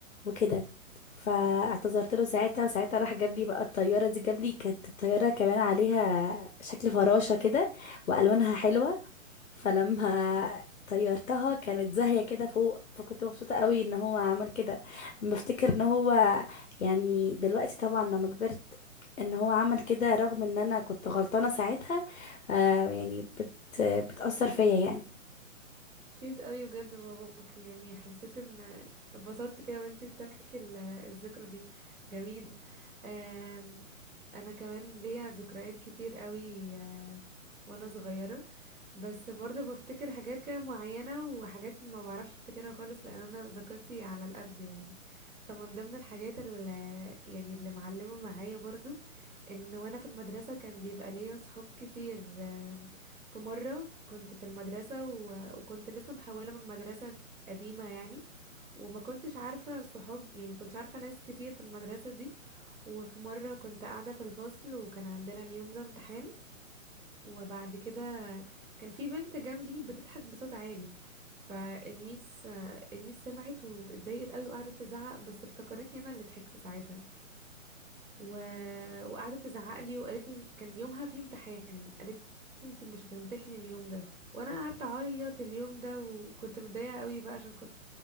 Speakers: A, on the left; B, on the right.
A: وكده فاعتذرت له ساعتها وساعتها راح جاب لي بقى الطيارة دي جاب لي كانت الطيارة كمان عليها شكل فراشة كده وألوانها حلوة فلما طيرتها كانت زاهية كده فوق فكنت مبسوطة قوي ان هو عمل كده بفتكر ان هو يعني دلوقتي طبعا لما كبرت ان هو عمل كده رغم ان انا كنت غلطانة ساعتها آه يعني بت بتأثر فيا يعني
B: كيوت قوي بجد باباكي يعني حسيت ان اتبسطت كده وانتي بتحكي ال- الذكرى دي جميل آم، انا كمان ليا ذكريات كتير قوي آه، وانا صغيرة بس برضه بفتكر حاجات كده معينة وحاجات ما بعرفش افتكرها خالص لان انا ذاكرتي على القد يعني فمن ضمن الحاجات اللي يعني اللي معلمة معايا برضه ان وانا في المدرسة كان بيبقى ليا صحاب كتير آم، في مرة كنت في المدرسة و- وكنت لسه محولة من مدرسة قديمة يعني وما كنتش عارفة صحاب يعني ما كنتش عارفة ناس كتير في المدرسة دي وفي مرة كنت قاعدة في الفصل وكان عندنا اليوم ده امتحان وبعد كده كان في بنت جنبي بتضحك بصوت عالي فالميس آه، الميس سمعت واتضايقت قوي وقعدت تزعق بس افتكرتني انا اللي ضحكت ساعتها و... وقعدت تزعق لي وقالت لي كان يومها في امتحان قالت لي انت مش هتمتحني اليوم ده وانا قعدت اعيط اليوم ده وكنت متضايقه قوي بقى عشان كنت